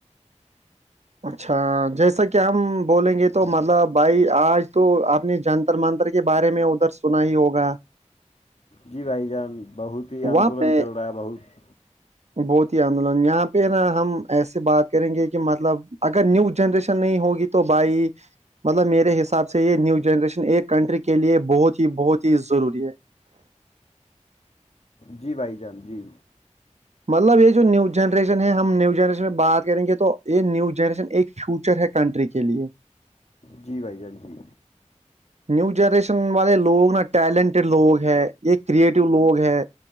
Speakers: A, on the right (about 65°); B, on the left (about 60°).
A: اچھا جیسا کہ ہم بولیں گے تو مطلب بھائی آج تو آپ نے جن مانتر کے بارے میں ادھر سنا ہی ہوگا
B: جی بھائی جان بہت ہی
A: وہاں
B: آندولن
A: پہ
B: چل رہا ہے بہت
A: بہت ہی آندولن یہاں پہ نا ہم ایسے بات کریں گے کہ مطلب اگر نیو جنریشن نہیں ہوگی تو تو بھائی مطلب میرے حساب سے یہ نیو جنریشن ایک کنٹری کے لیے بہت ہی بہت ہی ضروری ہے-
B: جی بھائی جان جی
A: مطلب یہ جو نیو جنریشن ہے ہم نیو جنریشن میں بات کریں گے تو یہ نیو جنریشن ایک فیوچر ہے کنٹری کے لیے
B: جی بھائی جان جی
A: نیو جنریشن والے لوگ نا ٹیلنٹیڈ لوگ ہے یہ کریٹو لوگ ہے